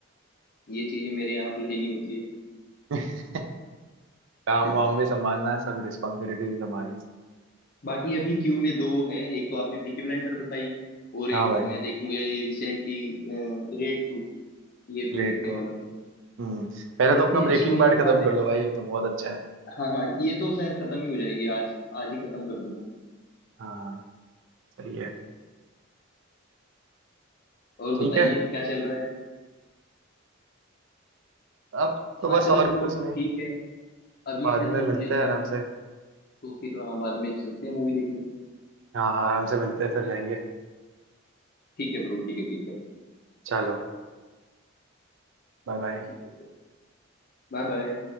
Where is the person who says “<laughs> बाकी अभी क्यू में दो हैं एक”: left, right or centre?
Left